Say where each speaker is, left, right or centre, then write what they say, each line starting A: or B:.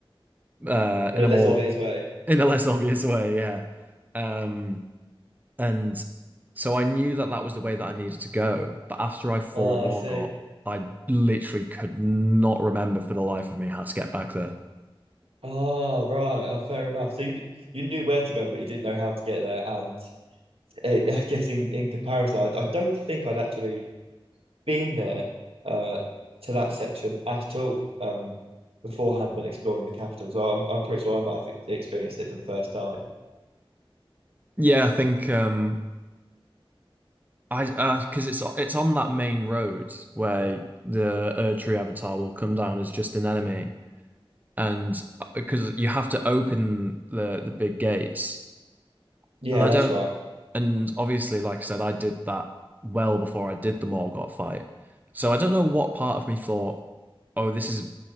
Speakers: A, on the right; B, on the right.
A: uh
B: in
A: in
B: a
A: a
B: less
A: more
B: obvious way.
A: in a less obvious way, yeah. Um. And so I knew that that was the way that I needed to go. But after I fought
B: Oh,
A: Morgott,
B: I see.
A: I literally could not remember for the life of me how to get back there.
B: Oh, right. Oh, fair enough. So you d- you knew where to go, but you didn't know how to get there. And <laughs> eh, I guess in in comparison, I, I don't think I'd actually been there uh to that section at all um beforehand when exploring the capital. So I'm I'm pretty sure I might have e- experienced it for the first time.
A: Yeah, I think um I uh 'cause because it's it's on that main road where the Erdtree avatar will come down as just an enemy, and because you have to open the the big gates,
B: Yeah,
A: and I
B: that's
A: don't
B: right.
A: And obviously, like I said, I did that well before I did the Morgott fight. So I don't know what part of me thought, oh, this is